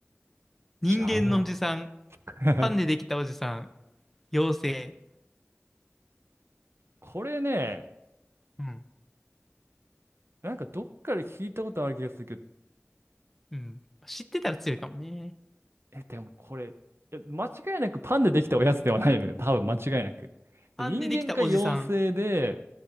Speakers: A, in the centre; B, on the right.
A: 人間のおじさん、
B: じゃあもう。<laughs>
A: パンでできたおじさん、妖精。
B: これね、
A: うん。
B: なんかどっかで聞いたことある気がするけど、
A: うん。知ってたら強いかもね。
B: え、でもこれ、いや間違いなくパンでできたおやつではないのよ。多分間違いなく。
A: パンでできたおじさん。
B: で人間か妖精で、